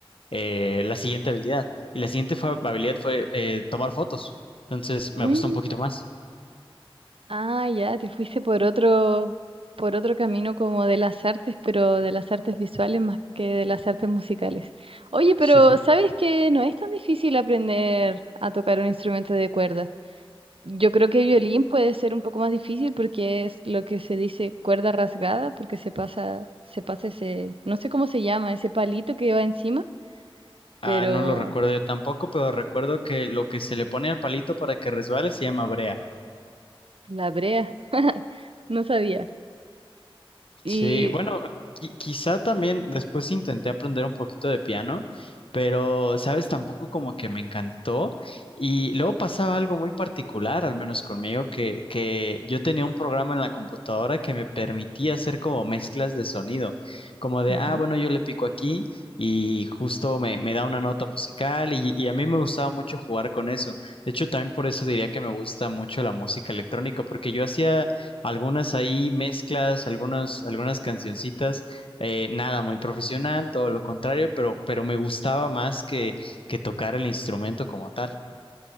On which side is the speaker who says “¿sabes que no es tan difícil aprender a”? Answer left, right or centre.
Right